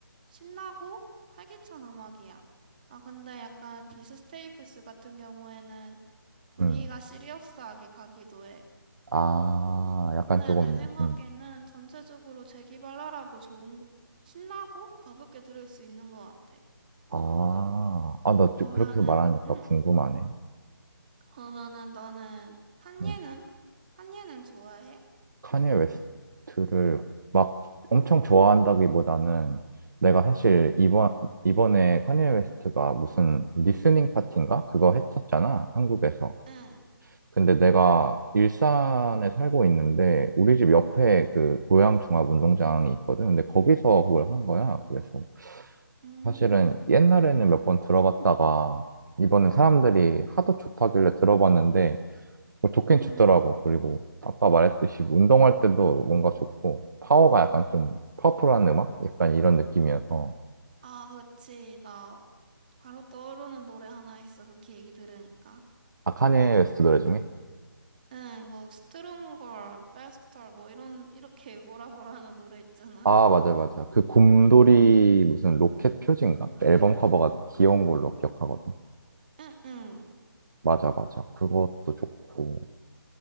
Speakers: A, on the right; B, on the right.
A: 신나고 활기찬 음악이야. 아 근데 약간 비스 스테이플스 같은 경우에는 분위기가
B: 음.
A: 시리어스하게 가기도 해.
B: 아, 약간
A: 근데
B: 조금,
A: 내 생각에는
B: 음.
A: 전체적으로 재기발랄하고 좋은, 신나고 가볍게 들을 수 있는 것 같아.
B: 아, 아, 너
A: 그러면은,
B: 좀 그렇게 말하니까
A: 응,
B: 궁금하네.
A: 그러면은 너는, 칸예는?
B: 음.
A: 칸예는 좋아해?
B: 카니에 웨스트를 막 엄청 좋아한다기보다는 내가 사실 이번 이번에 카니에 웨스트가 무슨 리스닝 파티인가? 그거 했었잖아, 한국에서.
A: 응,
B: 근데 내가 일산에 살고 있는데 우리 집 옆에 그 고양종합운동장이 있거든. 근데 거기서 그걸 한 거야. 그래서
A: 음,
B: 사실은 옛날에는 몇 번 들어봤다가 이번에 사람들이 하도 좋다길래 들어봤는데 뭐 좋긴
A: 음.
B: 좋더라고. 그리고 아까 말했듯이 운동할 때도 뭔가 좋고 파워가 약간 좀 파워풀한 음악? 약간 이런 느낌이어서
A: 아, 그치. 나 바로 떠오르는 노래 하나 있어. 그렇게 얘기 들으니까.
B: 아 카니에 웨스트 노래 중에
A: 응, 뭐, 스트롱걸, 베스터, 뭐, 이런, 이렇게 뭐라 뭐라 하는 노래 있잖아.
B: 아 맞아 맞아 그 곰돌이 무슨 로켓 표지인가? 그 앨범 커버가 귀여운 걸로 기억하거든.
A: 응, 응.
B: 맞아 맞아 그것도 좋고